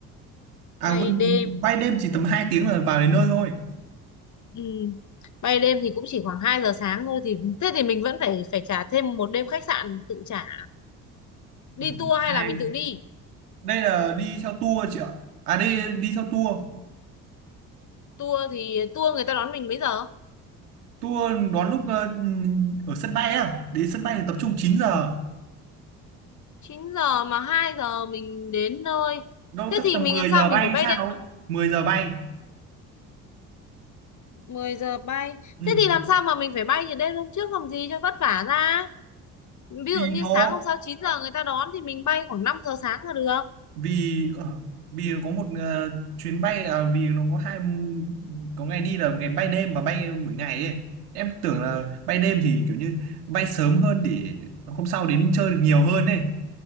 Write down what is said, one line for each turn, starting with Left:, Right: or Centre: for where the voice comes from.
Right: À
Left: bay
Right: quên,
Left: đêm.
Right: bay đêm chỉ tầm 2 tiếng là vào đến nơi thôi.
Left: Ừ. Bay đêm thì cũng chỉ khoảng 2 giờ sáng thôi thì thế thì mình vẫn phải phải trả thêm một đêm khách sạn tự trả. Đi
Right: Ừ.
Left: tour hay
Right: Hai.
Left: là mình tự đi?
Right: Đây là đi theo tour chị ạ. À đây đi theo tour.
Left: Tour thì tour người ta đón mình mấy giờ?
Right: Tour đón lúc ờ, ở sân bay á. Đến sân bay thì tập trung 9 giờ.
Left: 9 giờ mà 2 giờ mình đến nơi.
Right: Đâu
Left: Thế
Right: chắc
Left: thì
Right: tầm
Left: mình
Right: 10
Left: làm sao
Right: giờ
Left: mình
Right: bay
Left: phải bay
Right: sao
Left: đêm
Right: ấy.
Left: được
Right: mười giờ bay.
Left: 10 giờ bay.
Right: Ừ.
Left: Thế thì làm sao mà mình phải bay từ đêm hôm trước làm gì cho vất vả ra. Ví
Right: Vì
Left: dụ như
Right: nó
Left: sáng hôm sau 9 giờ người ta đón thì mình bay khoảng năm giờ sáng là được.
Right: vì ờ, vì nó có một ờ, chuyến bay à, vì nó có hai có ngày đi là ngày bay đêm và bay buổi ngày ấy. Em tưởng là bay đêm thì kiểu như bay sớm hơn để hôm sau đến chơi được nhiều hơn ấy.